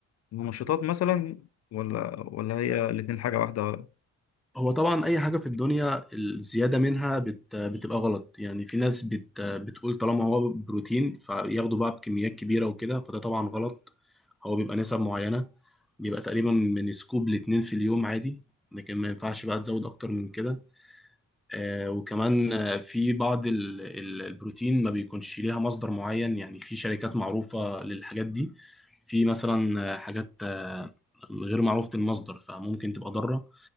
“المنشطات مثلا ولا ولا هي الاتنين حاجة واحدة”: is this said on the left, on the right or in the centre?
Left